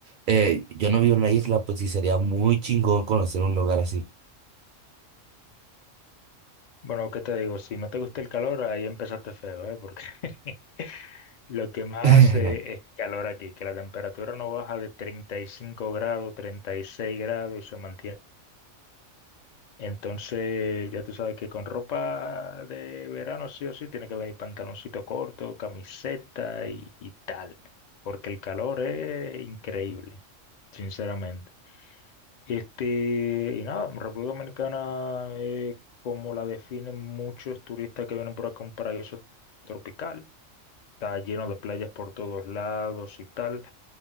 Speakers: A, on the right; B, on the left.
A: eh, yo no vivo en una isla, pues sí sería muy chingón conocer un lugar así.
B: Bueno, ¿qué te digo? Si no te gusta el calor, ahí empezaste feo, ¿eh? Porque <laughs> lo que más
A: <laughs>
B: hace es calor aquí, que la temperatura no baja de 35 grados, 36 grados y se mantiene. Entonces, ya tú sabes que con ropa de verano sí o sí tiene que venir pantaloncito corto, camiseta y, y tal, porque el calor es increíble, sinceramente. Este, y nada, República Dominicana es como la definen muchos turistas que vienen por acá, un paraíso tropical. Está lleno de playas por todos lados y tal.